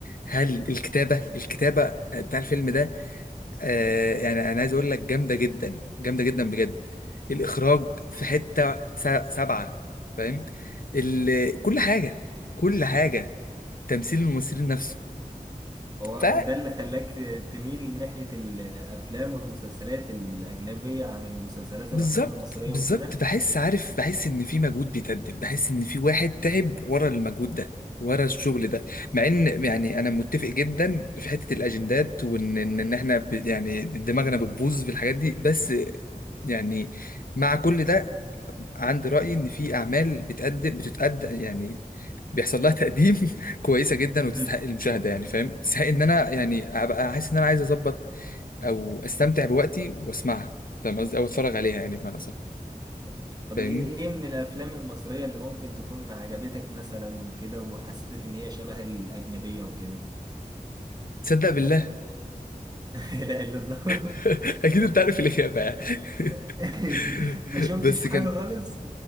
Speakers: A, on the left; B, on the right.
A: هل الكتابه الكتابه بتاع الفيلم ده آه يعني انا عايز اقول لك جامده جدا جامده جدا بجد الاخراج في حته س- سبعه فاهم ال-
B: مم.
A: كل حاجه كل حاجه تمثيل الممثلين نفسه
B: هو
A: ف
B: ده اللي خلاك ت- تميل ناحية الأفلام والمسلسلات الأجنبية عن المسلسلات
A: بالظبط
B: والأفلام المصرية
A: بالظبط
B: وكده
A: بحس عارف بحس ان في مجهود بيتقدم بحس ان في واحد تعب ورا المجهود ده ورا الشغل ده مع ان يعني انا متفق جدا في حته الاجندات وان ان إن احنا ب- يعني دماغنا بتبوظ في الحاجات دي بس يعني مع كل ده عندي رأي إن في أعمال بتقدم بتتقدم يعني بيحصل لها تقديم <laughs> كويسة جدا
B: مم.
A: وتستحق المشاهدة يعني فاهم تستحق إن أنا يعني
B: مم.
A: أبقى حاسس إن أنا عايز أظبط أو أستمتع بوقتي وأسمعها فاهم قصدي أو أتفرج عليها يعني بمعنى أصح
B: آه. طب
A: فاهمني
B: إيه إيه من الأفلام المصرية اللي ممكن تكون عجبتك مثلا وكده وحسيت إن هي شبه الأجنبية وكده؟
A: تصدق بالله
B: <laughs> لا إله إلا الله
A: <laughs> أكيد أنت عارف الإجابة يعني
B: <laughs>
A: <laughs>
B: ما شفتش
A: بس
B: حاجة
A: كان
B: خالص